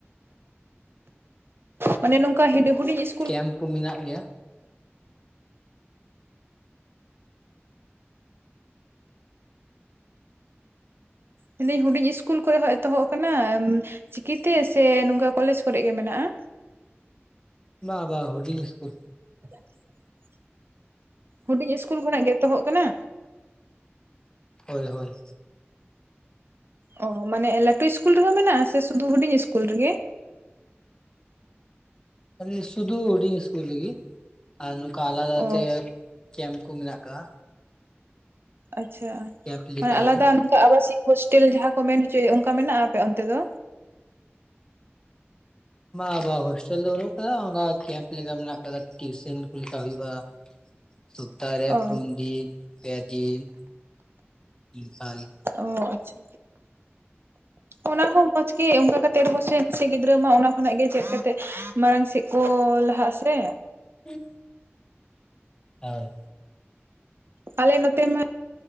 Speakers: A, on the right; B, on the left.
A: ᱢᱟᱱᱮ ᱱᱚᱝᱠᱟ ᱦᱤᱰᱤ ᱦᱩᱰᱤᱧ ᱤᱥ
B: ᱠᱮᱢᱯ ᱠᱚ ᱢᱮᱱᱟᱜ ᱜᱮᱭᱟ᱾
A: ᱢᱮᱱᱫᱟᱹᱧ ᱦᱩᱰᱤᱧ ᱤᱥᱠᱩᱞ ᱠᱚᱨᱮ ᱦᱚᱸ ᱮᱛᱚᱦᱚᱵ ᱟᱠᱟᱱᱟ ᱪᱤᱠᱤᱛᱮ ᱥᱮ ᱱᱚᱝᱠᱟ ᱠᱚᱞᱮᱡᱽ ᱠᱚᱨᱮ ᱜᱮ ᱢᱮᱱᱟᱜᱼᱟ?
B: ᱵᱟᱝ ᱵᱟ ᱦᱩᱰᱤᱝ ᱤᱥᱠᱩᱞ᱾
A: <inaudible> ᱦᱩᱰᱤᱧ ᱤᱥᱠᱩᱞ ᱠᱷᱚᱱᱟᱜ ᱜᱮ ᱮᱛᱚᱦᱚᱜ ᱠᱟᱱᱟ᱾
B: ᱦᱳᱭ ᱦᱳᱭ᱾
A: ᱚ ᱢᱟᱱᱮ ᱞᱟᱹᱴᱩ ᱤᱥᱠᱩᱞ ᱨᱮᱦᱚᱸ ᱢᱮᱱᱟᱜᱼᱟ᱾ ᱥᱮ ᱥᱩᱫᱩ ᱦᱩᱰᱤᱧ ᱤᱥᱠᱩᱞ ᱨᱮᱜᱮ?
B: ᱚ ᱞᱟᱹᱫᱟᱹᱧ ᱥᱩᱫᱩ ᱦᱩᱰᱤᱧ ᱤᱥᱠᱩᱞ ᱨᱤᱜᱤ ᱟᱨ ᱱᱚᱝᱠᱟ ᱟᱞᱟᱫᱟᱛᱮ
A: ᱚ
B: ᱠᱮᱢᱯ ᱠᱩ ᱢᱮᱱᱟᱜ ᱠᱟᱜᱼᱟ᱾
A: ᱟᱪᱪᱷᱟ
B: ᱠᱮᱢᱯ ᱞᱮᱠᱟᱜᱮ
A: ᱢᱟᱱᱮ ᱟᱞᱟᱫᱟ ᱱᱚᱝᱠᱟ ᱟᱵᱟᱥᱤᱠ ᱦᱳᱥᱴᱮᱞ ᱡᱟᱦᱟᱸ ᱠᱚ ᱢᱮᱱ ᱦᱚᱪᱚᱭᱮᱫ ᱚᱱᱠᱟ ᱢᱮᱱᱟᱜᱼᱟ ᱟᱯᱮ ᱚᱱᱛᱮ ᱫᱚ?
B: ᱵᱟᱝᱼᱵᱟ ᱦᱳᱥᱴᱮᱞ ᱫᱚ ᱵᱟᱹᱱᱩᱜ ᱠᱟᱫᱟ ᱚᱱᱠᱟ ᱠᱮᱢᱯ ᱞᱮᱠᱟ ᱢᱮᱱᱟᱜ ᱠᱟᱫᱟ ᱴᱤᱭᱩᱥᱚᱱ ᱠᱚ ᱞᱮᱠᱟ ᱦᱩᱭᱩᱜ-ᱟ᱾ ᱥᱚᱯᱛᱟᱨᱮ
A: ᱚ
B: ᱯᱩᱱ ᱫᱤᱱ, ᱯᱮ ᱫᱤᱱ ᱤᱱᱠᱟ ᱜᱮ᱾
A: ᱚ ᱟᱪᱷᱟ᱾ ᱚᱱᱟ ᱦᱚᱸ ᱢᱚᱸᱡᱽ ᱜᱮ ᱚᱱᱠᱟ ᱠᱟᱛᱮᱜ ᱨᱮᱦᱚᱸ ᱥᱮ ᱱᱟᱥᱮ ᱜᱤᱫᱽᱨᱟᱹ ᱢᱟ ᱚᱱᱟ ᱠᱷᱚᱱᱟᱜ ᱜᱮ ᱪᱮᱫ ᱠᱟᱛᱮᱜᱼᱼ ᱢᱟᱲᱟᱝ ᱥᱮᱫ ᱠᱚ ᱞᱟᱦᱟᱜᱼᱟ ᱥᱮ᱾
B: ᱦᱳᱭ ᱦᱳᱭ᱾
A: ᱟᱞᱮ ᱱᱚᱛᱮ ᱢᱟ